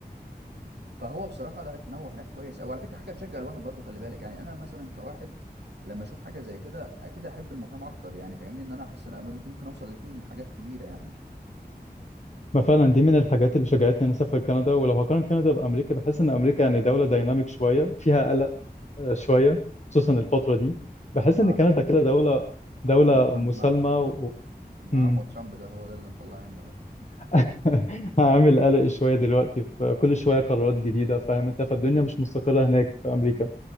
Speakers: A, on the right; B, on the left.
A: فهو بصراحه لا التنوع هناك كويس او على فكره حاجه تشجع الواحد برضو خلي بالك يعني انا مثلا كواحد لما اشوف حاجه زي كده اكيد احب المجتمع اكتر يعني فاهمني ان انا احس ان أنا ممكن اوصل لفيه لحاجات كبيره يعني
B: ما فعلا دي من الحاجات اللي شجعتني اني اسافر كندا ولو هقارن كندا بامريكا بحس ان امريكا يعني دوله دايناميك شويه فيها قلق آه، شويه خصوصا الفتره دي بحس
A: مع
B: ان كندا كده دوله دوله
A: مع عمو ترامب
B: مسالمه
A: مع
B: و...
A: مع
B: مم.
A: عمو ترامب ده هو ده اللي مطلع عنا ده
B: <laughs> هعمل قلق شويه دلوقتي في كل شويه قرارات جديده فاهم انت فالدنيا مش مستقره هناك في امريكا
A: مم.